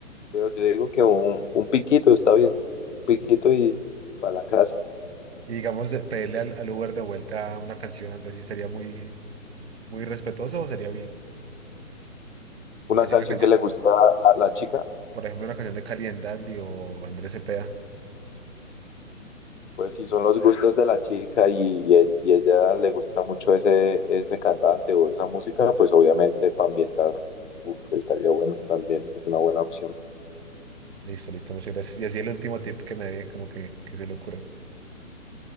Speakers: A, on the left (about 60°); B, on the right (about 50°).
A: pero yo digo que un, un piquito está bien, un piquito y para la casa.
B: Y digamos, de- pedirle al, al Uber de vuelta una canción, algo así, ¿sería muy, muy respetuoso o sería bien?
A: Una
B: Así
A: canción
B: una canción,
A: que le gusta a la chica,
B: por ejemplo, una canción de Cali and Dandy o Andrés Cepeda.
A: Pues si son los gustos de la chica y, y e- y ella le gusta mucho ese, ese cantante o esa música, pues obviamente para ambientar, uf, estaría bueno también, es una buena opción.
B: Listo, listo, muchas gracias. Y así el último tip que me dé, como que, que se le ocurra. O